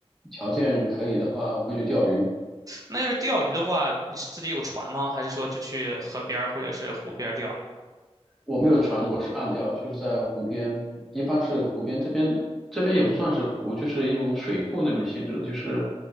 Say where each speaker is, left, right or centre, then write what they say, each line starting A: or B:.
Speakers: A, in the centre; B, on the right (about 35°).
A: 条件可以的话会去钓鱼，
B: 那要是钓鱼的话，你是自己有船吗？还是说就去河边儿或者是湖边儿钓？
A: 我没有船，我是岸钓，就是在湖边，一般是湖边这边这边也不算是湖，就是一种水库那种性质的，就是